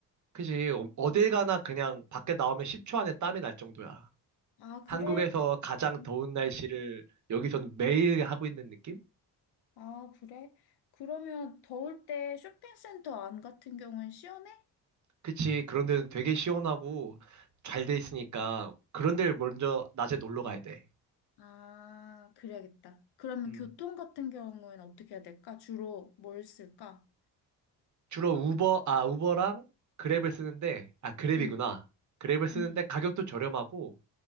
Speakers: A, on the right (about 40°); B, on the left (about 60°).
A: 그지? 어- 어딜 가나 그냥 밖에 나오면 10초 안에 땀이 날 정도야.
B: 아, 그래?
A: 한국에서 가장
B: 음.
A: 더운 날씨를 여기서는 매일 하고 있는 느낌?
B: 아, 그래? 그러면 더울 때 쇼핑센터 안 같은 경우엔 시원해?
A: 그치? 그런 데는 되게 시원하고 잘 돼 있으니까 그런 데를 먼저 낮에 놀러 가야 돼.
B: 아, 그래야겠다. 그러면
A: 음.
B: 교통 같은 경우엔 어떻게 해야 될까? 주로 뭘 쓸까?
A: 주로 우버, 아, 우버랑 그랩을 쓰는데, 아, 그랩이구나.
B: 응,
A: 그랩을 쓰는데
B: 응,
A: 가격도 저렴하고